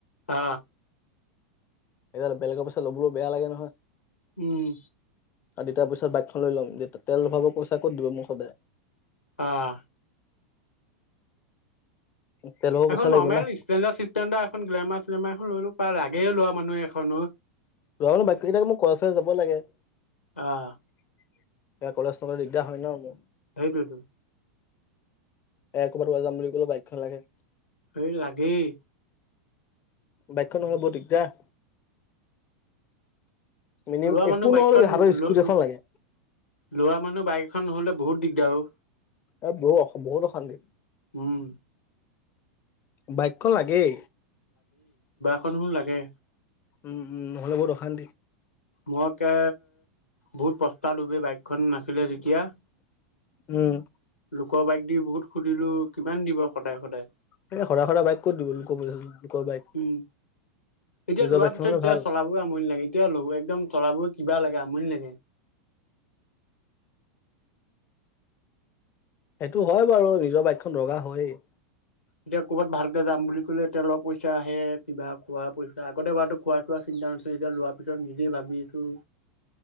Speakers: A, on the left; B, on the left.
A: অ।
B: এতিয়া বেলেগৰ পইচা ল'বলৈও বেয়া লাগে নহয়।
A: উম।
B: আৰু দেউতাৰ পিছত বাইকখন লৈ ল'ম, যে তেল ভৰাব পইচা ক'ত দিব মোক সদায়।
A: অহ।
B: তেল ভৰাব
A: এখন
B: পইচা
A: নৰ্মেল
B: লাগিব না
A: স্পেলেণ্ডাৰ চিচপ্লেণ্ডাৰ এখন গ্লেমাৰ শ্লেমাৰ এখন লৈলো পায়, লাগে লোৱা মানুহ এখনো।
B: ৰোৱা মানে বাক কেইটাক মোৰ খৰচ যাব লাগে। এয়া
A: আহ,
B: কলেজ নগলে দিগদাৰ হয় ন মোৰ।
A: সেইটোয়েটো।
B: এ ক'ৰবাত ওলাই যাম বুলি ক'লে বাইকখন লাগে।
A: এই লাগেই।
B: বাইকখন নহয় বৰ দিগদাৰ। মিনিম
A: লৰা
B: একো
A: মানুহ বাইকখন
B: নহ'লেও
A: ল
B: হাতত স্কুটি
A: ল
B: এখন লাগে
A: লৰা মানুহ বাইক এখন নহলে বহুত দিগদাৰ অ।
B: এ বহু অ বহুত অশান্তি।
A: উম
B: বাইকখন লাগেই।
A: খনো লাগে।
B: উম উম, নহলে বৰ অশান্তি।
A: মই কে বহুত প্ৰস্তালো বাইকখন নাছিলে তেতিয়া। লো
B: উম
A: লোকৰ বাইক দি বহুত সুধিলো কিমান দিব সদায় সদায়।
B: এ সদায় সদায় বাইক ক'ত দিব লোক পইচা লোকৰ বাইক।
A: উম এতিয়া
B: নিজৰ
A: লোৱাৰ
B: বাইকখন
A: পিছত
B: হ'লে
A: এতিয়া
B: ভাল
A: চলাব আমনি ন লাগে এতিয়াও ল'ব একদম তৰাবোৰ কিবা লাগে আমনি লাগে।
B: সেইটো হয় বাৰু নিজৰ বাইকখন দৰকাৰ হৈয়ে।
A: এতিয়া ক'ৰবাত ভালকে যাম বুলি ক'লে তেলৰ পইচা আহে কিবা খোৱা পইচা আগতে বাৰু খোৱা চোৱা চিন তা আছে এতিয়া লোৱাৰ পিছত নিজে ভাবিছোঁ।